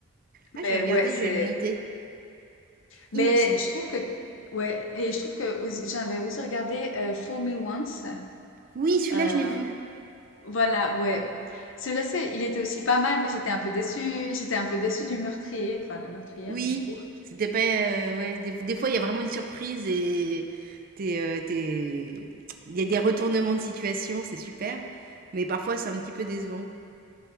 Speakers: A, on the right; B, on the left.
A: Ah,
B: Mais
A: je vais regarder,
B: ouais, c'est.
A: je vais le noter.
B: Mais
A: Innocent.
B: je trouve que. Ouais, et je trouve que aussi- j'avais aussi regardé euh, Fool Me Once.
A: Oui, celui-là,
B: euh,
A: je l'ai vu.
B: Voilà, ouais. Celui-là, c'est- il était aussi pas mal, mais j'étais un peu déçue. J'étais un peu déçue du meurtrier, enfin de la meurtrière
A: Oui.
B: du coup.
A: C'était pas. euh, ouais, des, des fois, il y a vraiment une surprise et. t'es, euh, t'es- Il y a des retournements de situation, c'est super. Mais parfois, c'est un petit peu décevant.